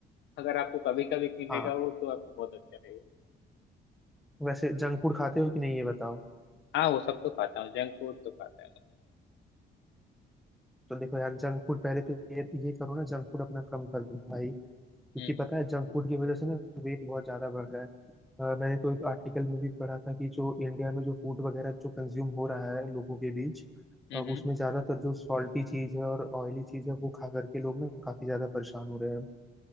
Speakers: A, on the left (about 85°); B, in the centre.
A: अगर आपको कभी कभी मिलेगा
B: हाँ
A: वो तो आपको बहुत अच्छा लगेगा
B: वैसे जंक फूड खाते हो कि नहीं ये बताओ
A: हाँ वो सब तो खाता हूँ जंक फूड तो खाता हूँ
B: तो देखो यार जंक फूड पहले तो ये ये करो ना जंक फूड अपना कम कर दो भाई क्योंकि
A: हम्म
B: पता है जंक फूड की वजह से ना वेट बहुत ज्यादा बढ़ रहा है अ, मैंने तो एक आर्टिकल में भी पढ़ा था कि जो इंडिया में जो फूड वगैरह जो कंज्यूम हो रहा है लोगों के बीच
A: हम्म
B: अब
A: हम्म।
B: उसमें ज्यादातर जो सॉल्टी चीज है और ऑयली चीज है वो खा करके लोग ना काफी ज्यादा परेशान हो रहे